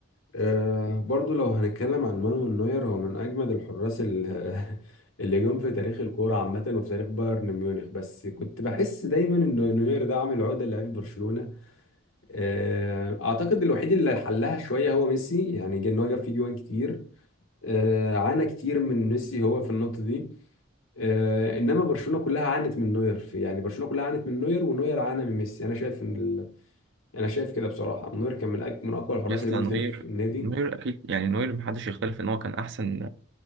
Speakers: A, on the left; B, on the right.
A: آه برضو لو هنتكلم عن مانويل نوير هو من أجمد الحراس ال- <laughs> اللي جم في تاريخ الكورة عامة وفي تاريخ بايرن ميونخ بس كنت بحس دايما إن نوير ده عامل عقدة لعيب برشلونة آه أعتقد الوحيد اللي حلها شوية هو ميسي يعني جه- إن هو جاب فيه جوان كتير آه عانى كتير من ميسي هو في النقطة دي آه إنما برشلونة كلها عانت من نوير في يعني برشلونة كلها عانت من نوير ونوير عانى من ميسي أنا شايف إن ال... أنا شايف كده بصراحة نوير كان من أك... من أقوى الحراس
B: يسطا
A: اللي جم
B: نوير
A: في تاريخ النادي
B: نوير أكيد يعني نوير محدش يختلف إن هو كان أحسن